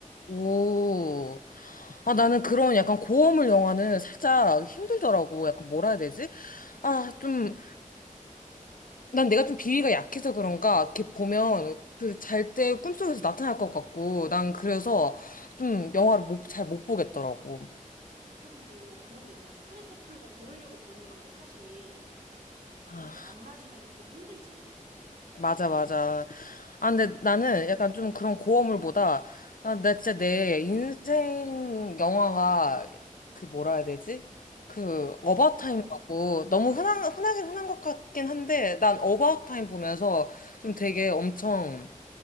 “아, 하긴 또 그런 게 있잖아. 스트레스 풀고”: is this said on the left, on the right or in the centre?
Right